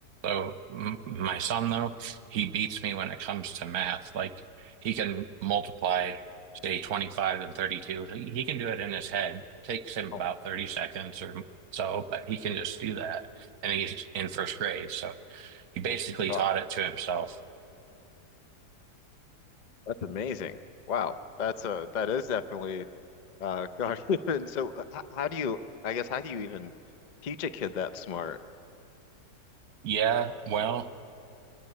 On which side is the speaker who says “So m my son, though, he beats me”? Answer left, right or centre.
Right